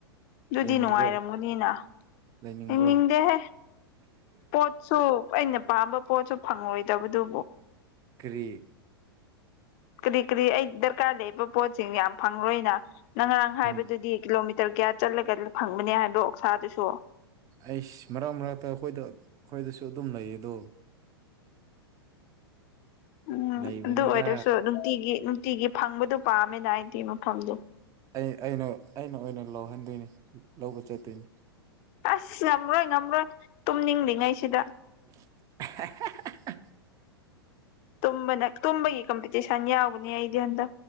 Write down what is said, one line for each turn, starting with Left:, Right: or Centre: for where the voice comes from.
Left: ꯑꯗꯨꯗꯤ
Right: ꯂꯩꯅꯤꯡꯕ꯭ꯔꯣ
Left: ꯅꯨꯡꯉꯥꯏꯔꯝꯒꯅꯤꯅ ꯑꯩꯡꯅꯤꯡꯗꯦꯍꯦ
Right: ꯂꯩꯅꯤꯡꯕ꯭ꯔꯣ
Left: ꯄꯣꯠꯁꯨ ꯑꯩꯅ ꯄꯥꯝꯕ ꯄꯣꯠꯁꯨ ꯐꯪꯉꯣꯏꯗꯕꯗꯨꯕꯨ
Right: ꯀꯔꯤ
Left: ꯀꯔꯤ ꯀꯔꯤ ꯑꯩ ꯗꯔꯀꯥꯔ ꯂꯩꯕ ꯄꯣꯠꯁꯤꯡ ꯌꯥꯝ ꯐꯪꯪꯂꯣꯏꯅ ꯅꯔꯥꯡ ꯍꯥꯏꯕꯗꯨꯗꯤ
Right: ꯐꯪ
Left: ꯀꯤꯂꯣꯃꯤꯇꯔ ꯇꯔ ꯀꯌꯥ ꯆꯠꯂꯒ ꯐꯪꯕꯅꯦ ꯍꯥꯏꯕ ꯑꯣꯛꯁꯥꯗꯨꯁꯨ
Right: ꯑꯩꯁ ꯃꯔꯛ ꯃꯔꯛꯇ ꯑꯩꯈꯣꯏꯗ ꯑꯩꯈꯣꯏꯗꯁꯨ ꯑꯗꯨꯝ ꯂꯩꯌꯦ ꯑꯗꯣ
Left: ꯎꯝ
Right: ꯂꯩꯕꯅꯤꯗ
Left: ꯑꯗꯨ ꯑꯣꯏꯔꯁꯨ ꯅꯨꯡꯇꯤꯒꯤ ꯅꯨꯡꯇꯤꯒꯤ ꯐꯪꯕꯗꯨ ꯄꯥꯝꯃꯤꯅ ꯍꯥꯏꯗꯤ ꯃꯐꯝꯗꯨꯣ
Right: ꯑꯩ ꯑꯩꯅ ꯑꯩꯅ ꯑꯣꯏꯅ ꯂꯧꯍꯟꯗꯣꯏꯅꯤ ꯂꯧꯕ ꯆꯠꯇꯣꯏꯅꯤ
Left: ꯑꯁ ꯉꯝꯔꯣꯏ ꯉꯝꯔꯣꯏ ꯇꯨꯝꯅꯤꯡꯂꯤꯉꯩꯁꯤꯗ
Right: <unintelligible>
Left: ꯇꯅ ꯇꯨꯝꯕꯒꯤ ꯀꯝꯄꯤꯇꯤꯁꯟ ꯌꯥꯎꯒꯅꯤ ꯑꯩꯗꯤ ꯍꯟꯗ